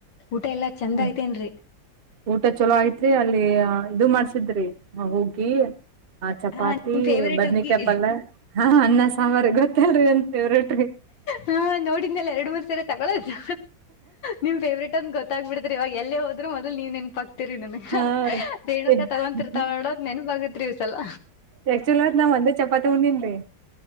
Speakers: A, on the left; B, on the right.
A: ಊಟ ಎಲ್ಲಾ ಚಂದ
B: ಹ
A: ಐತೇನ್ರಿ.
B: ಊಟ ಚಲೋ ಐತ್ರಿ ಅಲ್ಲಿ ಇದು ಮಾಡ್ಸ. ಿದ್ರಿ ಹ ಹೋಗಿ. ಆ ಚಪಾತಿ
A: ಹಾ ನಿಮ್ ಫೇವ್ರೇಟ್
B: ಬದ್ನಿಕಾಯ
A: ಹುಗ್ಗಿ.
B: ಪಲ್ ಹಾ ಅನ್ನ ಸಂಬಾರ ಗೊತ್ತೇಲ್ರಿ ಏನ್. ೇವರೆಟ್.
A: ಹಾ ನೋಡಿದ್ಮೇಲೆ ಎರಡು ಮೂರ್ ಸರಿ ತಗೊಳದು ನಿಮ್ ಫೇವ್ರೇಟ್ ಅಂದ ಗೊತ್ತ. ಆಗ್ಬ ಬಿಡ್ರ ಇವ ಎಲ್ಲ. ಹದ ಮೊದ ನೀ ನೆನ್ ಪ. ರಿನ್
B: ಹಾ ರೀ
A: ರೇಣುಕ ತಗೊತಿಿರ್ತಾವ ನೋಡ ನೆನ್ ಬಗ. ಿವಸ ಅಲ್ಲ.
B: ಆಕ್ಚುಲ್ ಆತ್ ನಾವ್ ಒಂದೇ ಚಪಾತಿ ಉಂದನ್ಳಹಹ